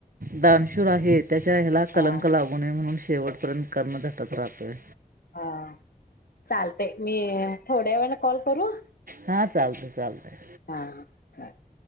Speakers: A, on the right (about 70°); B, on the left (about 80°).
A: दानशूर आहे. त्याच्या हेला कलंक
B: हा
A: लागू नये म्हणून शेवटपर्यंत कर्ण झटत राहतोय.
B: हा चालतंय, मी थोड्या वेळान कॉल करू?
A: हां चालतंय चालतंय.
B: हा चालेल.